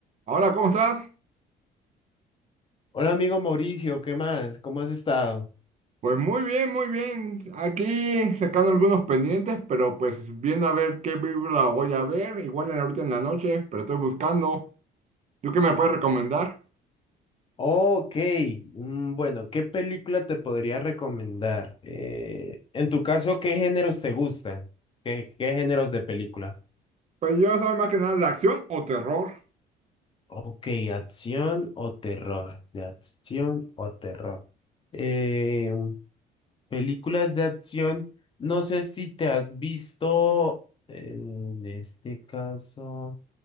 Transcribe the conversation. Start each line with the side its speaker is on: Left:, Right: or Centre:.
Right: Hola, ¿cómo estás?
Left: Hola amigo Mauricio, ¿qué más? ¿Cómo has estado?
Right: Pues muy bien, muy bien. Aquí sacando algunos pendientes, pero pues viendo a ver qué película voy a ver. Igual era ahorita en la noche, pero estoy buscando. ¿Tú qué me puedes recomendar?
Left: Ok, mm, bueno, ¿qué película te podría recomendar? Eh, en tu caso, ¿qué géneros te gustan? ¿Qué, qué géneros de película?
Right: Pues yo soy más que nada de acción o terror.
Left: Ok, acción o terror, de acción o terror. Eh, películas de acción, no sé si te has visto, eh, en este caso,